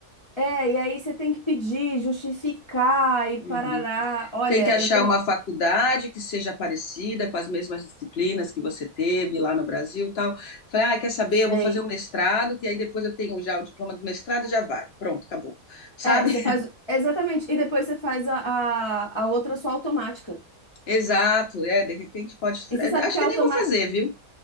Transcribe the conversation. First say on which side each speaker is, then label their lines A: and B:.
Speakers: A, on the left (about 30°); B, on the left (about 55°).
A: é, e aí você tem que pedir, justificar e parará.
B: Uhum.
A: Olha,
B: Tem que achar
A: eu tenho,
B: uma faculdade que seja parecida com as mesmas disciplinas que você teve lá no Brasil, e tal. Falei, ah, quer saber?
A: eu sei.
B: Eu vou fazer um mestrado, que aí depois eu tenho já o diploma do mestrado e já vai. Pronto, acabou. Sabe?
A: É, você faz, exatamente, e depois você faz a, a, a outra só automática.
B: <laughs> Exato, é, de repente pode.
A: E você
B: é,
A: sabe
B: Acho
A: que
B: que
A: a automática,
B: nem vou fazer, viu?